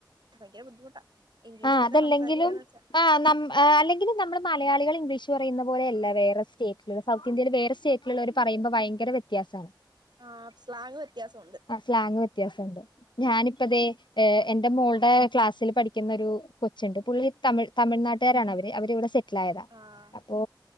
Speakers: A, on the right; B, on the left.
A: ബയങ്കര ബുദ്ധിമുട്ടാ ഇംഗ്ലീഷിലൊക്കെ
B: ആഹ് അതല്ലാങ്കിലും
A: സംസാരിക്കാന്ന് വെച്ചാ
B: ആഹ് അല്ലെങ്കിലും നമ്മള് മലയാളികള് ഇംഗ്ലീഷ് പറയ്ന്നാ പോലെയല്ല വേറെ സ്റ്റേറ്റല് ഒള്ളാ സൗത്ത് ഇന്ത്യലെ വേറെ സ്റ്റേറ്റിലോള്ളവര് പറയുമ്പോൾ ഭയങ്കര വ്യത്യാസ ആണ്
A: ആഹ് സ്ലാങ്ങ് വ്യത്യാസം ഒണ്ട്
B: ആഹ് സ്ലാങ്ങ് വെത്യാസം ഒണ്ട് ഞാനിപ്പം ദേ എന്റെ മോള്ടെ ക്ലാസ്സില് പഠി ക്ക്ന്നാ ഒരു കൊച്ച് ഇണ്ട് പുള്ളി തമ് തമിഴ്നാട്ടുകാരാണ് അവര് അവര് ഇവടെ സെറ്റിലായത്
A: ആഹ്
B: പ്പൊ